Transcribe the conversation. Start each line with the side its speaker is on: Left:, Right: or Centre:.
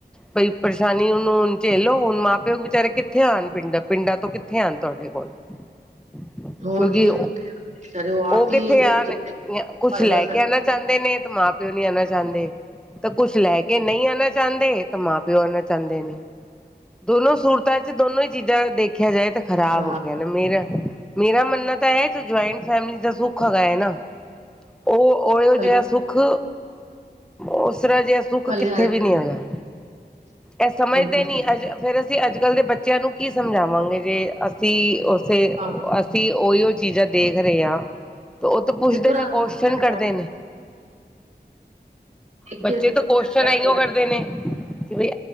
Centre: ਬਈ ਪਰੇਸ਼ਾਨੀ ਉਹਨੂੰ ਝੇਲੋ ਹੁਣ ਮਾਂ ਪਿਓ ਵਿਚਾਰੇ ਕਿੱਥੇ ਆਉਣ ਪਿੰਡਾਂ ਪਿੰਡਾਂ ਤੋਂ ਕਿੱਥੇ ਆਉਣ ਤੁਹਾਡੇ ਕੋਲ। ਹੂੰ।
Right: ਹੋਰ
Centre: ਕਿਉਂਕਿ
Right: ਕੀ ਉਹ ਕਿੱਥੇ ਵਿਚਾਰੇ ਆਪ
Centre: ਉਹ
Right: ਹੀ
Centre: ਕਿੱਥੇ
Right: ਵਿਚਾਰੇ
Centre: ਆ ਕੁੱਛ
Right: ਭਰਵਸ
Centre: ਲੈ ਕੇ
Right: ਹੈਗੇ
Centre: ਆਉਣਾ
Right: ਨੇ
Centre: ਚਾਹੁੰਦੇ ਨੇ। ਕੁਛ ਮਾਂ ਪਿਓ ਨੀ ਆਉਣਾ ਚਾਹੁੰਦੇ ਤਾਂ ਕੁਛ ਲੈ ਕੇ ਨਹੀਂ ਆਉਣਾ ਚਾਹੁੰਦੇ। ਤਾਂ ਮਾਂ ਪਿਓ ਆਉਨਾ ਚਾਹੁੰਦੇ ਨੇ ਦੋਨੋ ਸੂਰਤਾਂ 'ਚ ਦੋਨੋ ਹੀ ਚੀਜ਼ਾਂ ਦੇਖ। ਦੇਖਿਆ ਜਾਏ ਤਾਂ ਖ਼ਰਾਬ
Right: ਖਰਾਬ
Centre: ਹੋ ਗਿਆ ਨਾ ਮੇਰਾ। ਮੇਰਾ ਮੰਨਣਾ ਤਾਂ ਹੈ, ਜੌ ਜੁਆਇੰਟ ਫੈਮਿਲੀ ਦਾ ਸੁੱਖ ਹੈਗਾ ਹੈ ਨਾ। ਉਹ
Right: ਕੱਲ
Centre: ਜਿਹਾ ਸੁੱਖ, ਉਸ ਤਰਾਂ ਜਿਹਾ ਸੁੱਖ
Right: ਕੱਲਿਆਂ
Centre: ਕਿੱਥੇ
Right: ਰਹਿ
Centre: ਵੀ ਨੀ
Right: ਗਏ
Centre: ਹੈਗਾ। ਇਹ ਸਮਝਦੇ
Right: ਬਿਲਕੁਲ ਸਹੀ
Centre: ਨੀ, ਅੱਜ ਫੇਰ ਅਸੀਂ ਅੱਜ ਕੱਲ ਦੇ ਬੱਚਿਆਂ ਨੂੰ ਕੀ ਸਮਝਾਵਾਂਗੇ ਜੇ। ਅਸੀਂ ਔ
Right: ਆਪ ਹੀ
Centre: ਅਸੀਂ ਉਹੀਓ ਚੀਜ਼ਾਂ ਦੇਖ ਰਹੇ ਹਾਂ। ਉਹ ਤੋਂ ਪੁੱਛਦੇ
Right: ਫਿਰ ਤੁਰਾਨ
Centre: ਨੇ ਕੁਸ਼ਚਨ
Right: ਦੇਖ
Centre: ਕਰਦੇ ਨੇ। ਬੱਚੇ
Right: ਕੇ ਅਸੀਂ
Centre: ਤਾਂ
Right: ਕੁਛ
Centre: ਕੁਸ਼ਚਨ
Right: ਡਿਫਰੈਂਟ
Centre: ਇਓ
Right: ਨਹੀਂ
Centre: ਕਰਦੇ
Right: ਕਰ
Centre: ਨੇ। ਕਿ ਬਈ